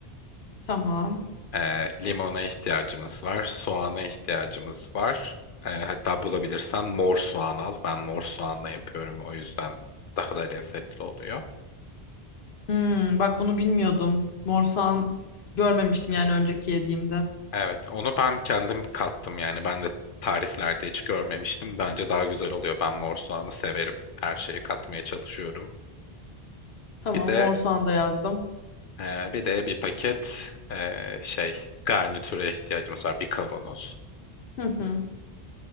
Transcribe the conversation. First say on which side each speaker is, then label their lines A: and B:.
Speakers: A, on the left (about 80°); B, on the left (about 60°).
A: tamam.
B: Ee, limona ihtiyacımız var, soğana ihtiyacımız var. Ee, hatta bulabilirsen mor soğan al. Ben mor soğanla yapıyorum o yüzden daha da lezzetli oluyor.
A: Hmm, bak bunu bilmiyordum. Mor soğan görmemiştim yani önceki yediğimde.
B: Evet, onu ben kendim kattım yani ben de tariflerde hiç görmemiştim. Bence daha güzel oluyor. Ben mor soğanı severim. Her şeyi katmaya çalışıyorum.
A: Tamam
B: Bir de
A: mor soğan da yazdım.
B: Ee, bir de bir paket ee, şey garnitüre ihtiyacımız var. Bir kavanoz.
A: Hı hı.